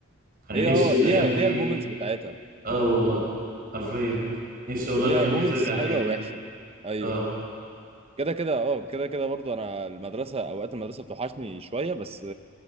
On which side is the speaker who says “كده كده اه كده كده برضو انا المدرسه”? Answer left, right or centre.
Right